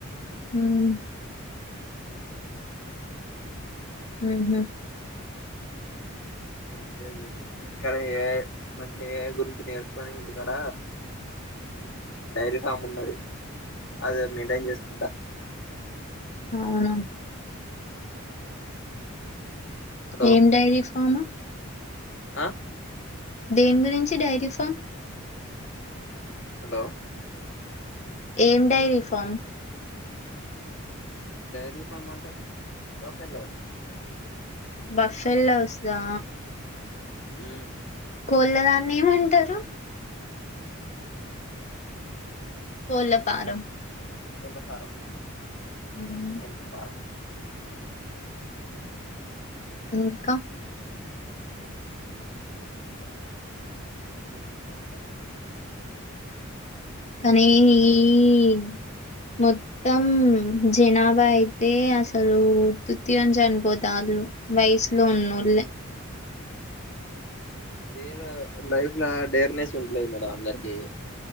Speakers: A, on the left (about 35°); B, on the left (about 60°).
A: ఉవ్ ఊహు
B: ఏం పేలు ఇక్కడ ఏ మంచిగ ఏ ఐ గురించి నేర్చుకొని ఇంటికాడ డైరీ ఫామ్ ఉన్నది అది మీట ఏం చేసుకుంటా
A: అవున
B: హలో
A: ఏం డైరి ఫామ్
B: ఆ
A: దేని గురించి డైరీ ఫామ్
B: హలో
A: ఏమ్ డైరి ఫమ్
B: రీ ఫ మంట బ పల వ
A: బఫెల్ హస్ దా
B: ఉ
A: ములదాన్ని మంటారు పోలపారం
B: కొల్ ఫారంమ్
A: హ్మ్.
B: ఎ పారం
A: ఇంకా
B: ఏన్నా మడం
A: కానీ ఈ మొత్తం జనాభా అయితే అసలు తృతగాం చనిపోత వాళ్ళు వయసులో ఉన్నోళ్ళ
B: డేర్ లైఫ్ లో డేర్నెస్ ఉంటలేదు మేడం అందరికి